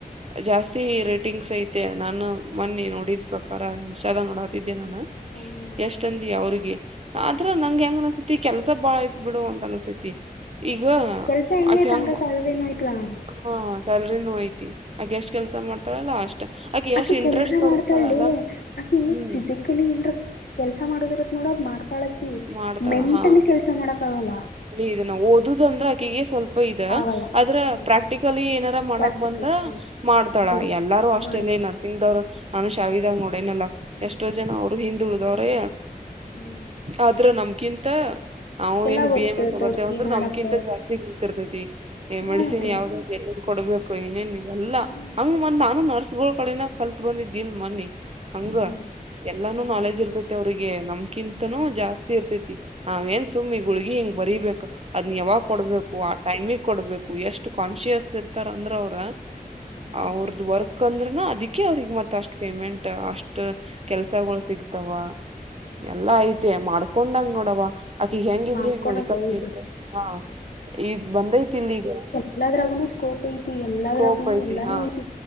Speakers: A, on the right; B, on the left.
A: ಜಾಸ್ತಿ ರೇಟಿಂಗ್ಸ್ ಐತೆ ನಾನು ಬನ್ನಿ ನೋಡಿದ್ ಪ್ರಕಾರ ಇನ್ಸ್ಟಾದ ನೋಡ ಹಾತಿದ್ದೆ ನಾನು
B: ಹ್ಮ್ ಹ್ಮ್
A: ಎಷ್ಟಂದಿ ಅವ್ರಿಗೆ ಆದ್ರ ನಂಗಗೆ ಹೆಂಗ್ ಅನ್ಸತಿ ಕೆಲ್ಸ ಬಾಳ ಐತ್ ಬಿಡು ಅಂತ ಅನ್ಸೇತಿ ಈಗ
B: ಕೆಲ್ಸ ಹೆಂಗೈತ್
A: ಅಕಂಗ
B: ಹಂಗ ಸ್ಯಾಲರಿನೂ ಐತ್ಲಾ
A: ಹಾ ಸ್ಯಾಲ್ರಿನೂ ಐತಿ ಆಗ ಎಷ್ಟ್ ಕೆಲ್ಸ ಮಾಡ್ತಳಲ್ಲ ಅಷ್ಟ ಆಕೆ
B: ಆಕಿ
A: ಎಷ್ಟ್ ಇಂಟ್ರೆಸ್ಟ್
B: ಕೆಲ್ಸ
A: ತೋರಿಸ್ತಾಳಲ್ಲ
B: ಮಾಡ್ತಾಳೆ ಆಕಿ
A: ಹ್ಮ್
B: ಫಿಸಿಿಕ್ ಏನ್ರ ಕೆಲ್ಸ ಮಾಡೋದಿರತ್ ನೋಡ ಮಾಡ್ತಾಳಕಿ
A: ಮಾಡ್ತಾಳ
B: ಮೆಂಟಲಿ
A: ಹಾ
B: ಕೆಲ್ಸ ಮಾಡಕ್ ಆಗಲ್ಲ
A: ಇದನ್ನ ಓದುದು ಅಂದ್ರೆ ಆಕಿಗೆ ಸ್ವಲ್ಪ ಇ
B: ಆಗಲ್ಲ
A: ಆದದ್ರ
B: ಹ್ಮ್
A: ಪ್ರಾಕ್ಟಿಕಲಿ ಏನಾರ ಮಾಡಕ್
B: ಪ್ರಾಕ್ಟಿಕಲ್
A: ಬಂದ್ರ
B: ಹ
A: ಮಾಡ್ತಾಳ
B: ಬರು
A: ಎಲ್ಲಾರೂ ಅಷ್ಟೇಲ್ಲಿ
B: ಮಾಡ್ತಾರ
A: ನರ್ಸಿಂಗದವ್ರು ನಾನು ಶಾವಿದಾಗ
B: ಹ್ಮ್
A: ನೋಡೇನಲ್ಲ ಎಷ್ಟೋ
B: ಹ್ಮ್
A: ಜನ ಅವರು ಅವರು ಹಿಂದಿಳಿದ ಅವ್ರೆ
B: ಹ್ಮ್
A: ಆದ್ರ ನಮ್ಕಿಂತ ನಾವು
B: ಎಲ್ಲಾ
A: ಏನ್
B: ಗೊತ್ತಿರತ್ತವ್ರಿಗೆ
A: ಬಿ ಎಂ ಸದತ್ತೇವ ಅಂದ್ರರು
B: ಮಾಡಕ
A: ನಮ್ಕಿಂತ ಜಾಸ್ತಿ ಗತ್ತಿರ್ತೈತಿ
B: ಹ್ಮ
A: ಮೆಡಸಿನ್
B: ಮತ್ತೆ
A: ಯಾವವುದ ಎಲ್ಲಿ ಕೊಡ್ಬೇಕು ಏನೇನ್ ಎಲ್ಲಾ
B: ಹ್ಮ
A: ಹಂಗ ಮಂದ್ ನಾನು ನರ್ಸ್ಗಳ ಕಡೆನ ಕಲ್ತ್ ಬಂದಿದ್ದಿಲ್ ಮನ್ನಿ
B: ಹ್ಮ್
A: ಹಂಗ
B: ಹ್ಮ್
A: ಎಲ್ಲಾನು
B: ಹ್ಮ್
A: ನಾಲೆಜ್ ಇರ್ತೈತಿ ಅವ್ರಿಗೆ ನಮ್ಕಿಂತ
B: ಹ್ಮ್ ಹ್ಮ್
A: ಜಾಸ್ತಿ ಇರ್ತೈತಿ ನಾವ್ ಏನ್ ಸುಮ್ಮ್ ಈ ಗುಳಗಿ ಹಿಂಗ್ ಬರೀಬೇಕು ಅದ್ನ್ ಯಾವಾಗ್ ಕೊಡ್ಬೇಕು ಟೈಮಿ ಕೊಡ್ಬೇಕು ಎಷ್ಟು ಕಾನ್ಶಿಯಸ್ ಇರ್ತಾರ ಅಂದ್ರ ಅವ್ರ
B: ಹ್ಮ್
A: ಅವ್ರದ ವರ್ಕ್ ಕಂದ್ರ ಅದಕ್ಕೆ ಅವ್ರಿಗೆ ಮತ್ತ ಅಷ್ಟು ಪೇಮೆಂಟ್ ಅಷ್ಟ ಕೆಲ್ಸಗಳು ಸಿಗ್ತಾವ
B: ಹ್ಮ್
A: ಎಲ್ಲಾ ಐತೆ ಮಾಡ್ಕೊಂಡಂಗ ನೋಡವ ಆಕಿಗ ಹೆಂಗಿದ್ರು
B: ಮಾಡ್ಕೊಣಂಗ
A: ಈಗ ಮೆಡಿಕಲ್
B: ಹೋಗ್ಬೇಡ
A: ಹ ಈ್ ಬಂದೈತಿಲ್ ಈಗ
B: ಎಲ್ಲಾದರಗೂ ಸಕೋಪ್ ಇ ತಿ ಎಲ್ಲದ್ರಗುನು
A: ಸ್ಕೋಪ್
B: ಎರ್ು
A: ಹಾ
B: ಐತಿ